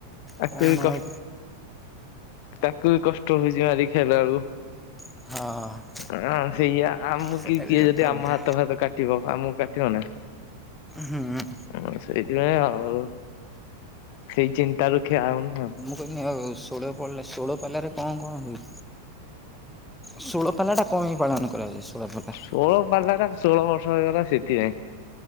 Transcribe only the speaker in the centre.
କଣ
ଆଉ
ହଁ।
ସେଟା
ବି
ସତ
କଥା
ହୁଁ।
କହିନି ଆଉ ଷୋଳ ପଳ ଷୋଳପାଲାରେ କଣ କଣ ହୁଏ? ଷୋଳପାଲାଟା କଣ ପାଇଁ ପାଳନ କରାଯା ଷୋଳପାଲା?